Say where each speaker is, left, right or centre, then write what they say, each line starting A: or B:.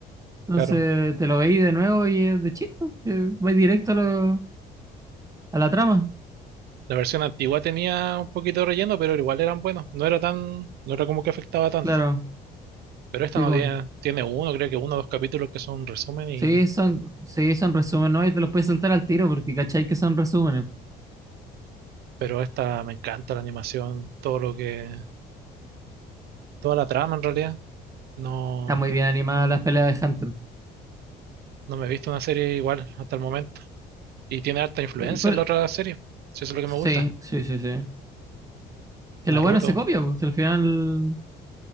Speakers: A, on the right; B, on the right.
A: Entonces
B: Claro,
A: te lo veí de nuevo y es de chiste, que vais directo a, lo- a la trama.
B: la versión antigua tenía un poquito de relleno, pero igual eran buenos. No era tan, no era como que afectaba tanto.
A: Claro,
B: Pero esta
A: tipo,
B: no tiene, tiene uno, creo que uno o dos capítulos que son un resumen y,
A: sí, son, sí, son resúmenes, ¿no? Y te los puedes saltar al tiro porque cachai que son resúmenes.
B: pero esta me encanta la animación, todo lo que, toda la trama en realidad. No,
A: Está muy bien animada las peleas de Hunter.
B: no me he visto una serie igual hasta el momento. Y tiene harta influencia
A: ¿Y cuál-
B: en la otra serie. Si eso es lo que
A: Sí,
B: me gusta.
A: sí, sí, sí. Que
B: Naruto,
A: lo bueno se copia, pues, al final